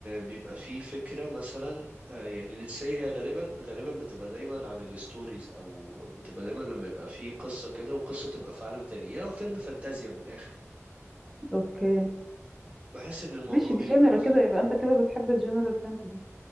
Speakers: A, on the right; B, in the centre.
A: بيبقى فيه فكرة مثلا آه، يعني let's say هي غالبا غالبا بتبقى دايما عن الستوريز أو بتبقى دايما لما يبقى فيه قصة كده وقصة تبقى في عالم تاني يعني فيلم فانتازيا من الآخر
B: اوكي
A: بحس إن الموضوع
B: ماشي
A: بيبقى
B: دي جنرا كده يبقى انت كده بتحب الجنرال فانتزي